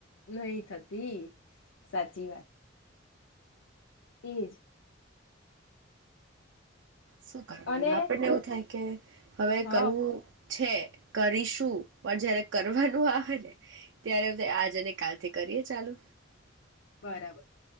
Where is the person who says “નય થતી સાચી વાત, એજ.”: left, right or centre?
Left